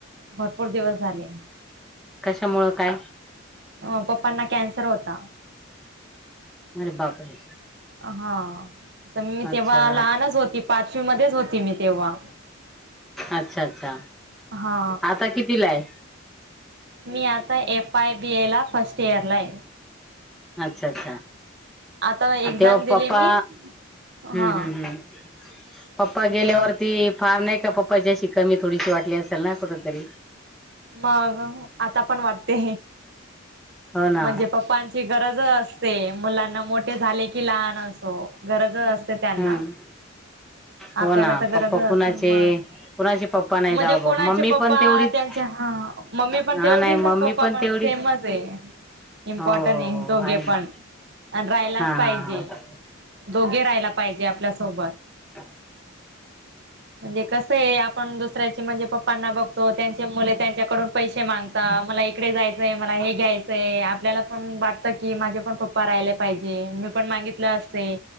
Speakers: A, on the right; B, in the centre.
A: भरपूर दिवस झाले
B: कशामुळं काय
A: अ पप्पांना कॅन्सर होता
B: अरे बापरे
A: हा तर मी
B: अच्छा
A: तेव्हा लहानच होती पाचवी मध्येच होती मी तेव्हा
B: अच्छा अच्छा
A: हा
B: आता कितवीला हाय
A: मी आता एफआय बी ए ला फर्स्ट इयर ला आहे
B: अच्छा अच्छा
A: आता एक्झाम
B: तेव्हा
A: दिली
B: पप्पा
A: मी
B: हम्म
A: हा
B: हम्म हम्म पप्पा गेल्यावरती
A: तेव्हा
B: फार नाही का पप्पाचीशी कमी थोडीशी वाटली असेल ना कुठ तरी
A: मग आता पण वाटते
B: हो ना
A: म्हणजे पप्पांची गरज असते मुलांना मोठे झाले की लहान असो गरज असते त्यांना
B: हम्म हो
A: आपल्याला
B: ना
A: तर गरजच
B: पप्पा
A: असेल
B: कुणाचे
A: मग
B: कुणाचे पप्पा नाही
A: मध्येे
B: जाव
A: कोणाचे
B: बा मम्मी
A: पप्पा
B: पण तेवढीच
A: त्यांच्या हा मम्मी
B: हा
A: पण तेवढीच
B: नाही मम्मी
A: आणि पप्पा पण
B: तेवढीच
A: सेमच आहे. इम्पॉर्टनट
B: हो हो
A: आहे
B: हो
A: दोघे
B: ना
A: पण आणि राहिलाच
B: हा हा
A: पाहिजे.
B: हा
A: दोघे राहायला पाहिजे आपल्यासोबत
B: ह.
A: म्हणजे कस आहे आ आपण दुसऱ्याची म्हणजे पप्पांना बघतो त्यांचे मुले त्यांच्याकडून पैसे मागता मला इकडे जायचंय मला ह हे घ्याय आपल्याला पण वाटत की माझे पण पप्पा रायले पाहिजे मी पण मागितलं असते.